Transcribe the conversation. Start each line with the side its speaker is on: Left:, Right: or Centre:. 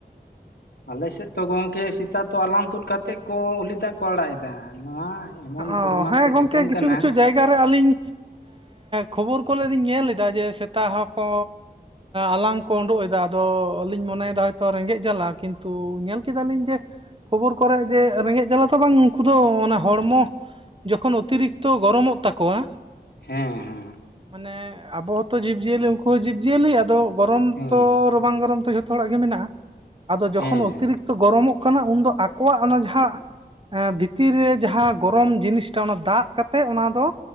Left: ᱟᱞᱮ ᱥᱮᱫ ᱛᱚ ᱜᱚᱝᱠᱮ ᱥᱮᱛᱟ ᱛᱚ ᱟᱞᱟᱝ ᱛᱩᱫ ᱠᱟᱛᱮᱫ ᱠᱚ ᱩᱞᱤ ᱫᱟᱜ ᱠᱚ ᱟᱲᱟᱜ ᱮᱫᱟ ᱱᱚᱣᱟ ᱮᱢᱚᱱ ᱯᱚᱨᱤᱢᱟᱱ
Right: ᱚ ᱦᱮᱸ
Left: ᱛᱮ
Right: ᱜᱚᱝᱠᱮ
Left: ᱥᱤᱛᱩᱝ
Right: ᱠᱤᱪᱷᱩ
Left: ᱠᱟᱱᱟ
Right: ᱠᱤᱪᱷᱩ ᱡᱟᱭᱜᱟ ᱜᱟᱨᱮ ᱟᱹᱞᱤᱧ ᱠᱷᱚᱵᱚᱨ ᱠᱚᱨᱮᱫ ᱞᱤᱧ ᱧᱮᱞ ᱮᱫᱟ ᱡᱮ ᱥᱮᱛᱟ ᱦᱚᱸᱠᱚ ᱟᱞᱟᱝ ᱠᱚ ᱩᱰᱩᱠ ᱮᱫᱟ ᱟᱫᱚ ᱟᱹᱞᱤᱧ ᱢᱚᱱᱮᱭᱮᱫᱟ ᱦᱚᱭᱛᱳ ᱨᱮᱸᱜᱮᱡ ᱡᱟᱞᱟ ᱠᱤᱱᱛᱩ ᱧᱮᱞ ᱠᱮᱫᱟᱞᱤᱧ ᱡᱮ ᱠᱷᱚᱵᱚᱨ ᱠᱚᱨᱮᱜ ᱡᱮ ᱨᱮᱸᱜᱮᱡ ᱡᱟᱞᱟ ᱫᱚ ᱵᱟᱝ ᱩᱱᱠᱩ ᱫᱚ ᱚᱱᱟ ᱦᱚᱲᱢᱚ ᱡᱚᱠᱷᱚᱱ ᱚᱛᱤᱨᱤᱠᱛᱚ ᱜᱚᱨᱚᱢᱚᱜ ᱛᱟᱠᱚᱣᱟ
Left: ᱦᱮᱸ
Right: ᱢᱟᱱᱮ ᱟᱵᱚ ᱦᱚᱸᱛᱚ ᱡᱤᱵᱼᱡᱤᱭᱟᱹᱞᱤ ᱩᱱᱠᱩ ᱦᱚᱸ ᱡᱤᱵᱼᱡᱤᱭᱟᱹᱞᱤ ᱟᱫᱚ ᱜᱚᱨᱚᱢ
Left: ᱦᱮᱸ
Right: ᱛᱚ ᱨᱟᱵᱟᱝ ᱜᱚᱨᱚᱢ ᱛᱚ ᱡᱷᱚᱛᱚ ᱦᱚᱲᱟᱜ ᱜᱮ ᱢᱮᱱᱟᱜᱼᱟ ᱟᱫᱚ ᱡᱚᱠᱷᱚᱱ
Left: ᱦᱮᱸ
Right: ᱚᱛᱤᱨᱤᱠᱛᱚ
Left: ᱦᱮᱸ
Right: ᱜᱚᱨᱚᱢᱚᱜ ᱠᱟᱱᱟ ᱩᱱᱫᱚ ᱟᱠᱚᱣᱟᱜ ᱚᱱᱟ ᱡᱟᱦᱟᱸ ᱵᱷᱤᱛᱤᱨ ᱨᱮ ᱡᱟᱦᱟᱸ ᱜᱚᱨᱚᱢ ᱡᱤᱱᱤᱥᱴᱟᱜ ᱚᱱᱟ ᱫᱟᱜ ᱠᱟᱛᱮᱫ ᱚᱱᱟ ᱫᱚ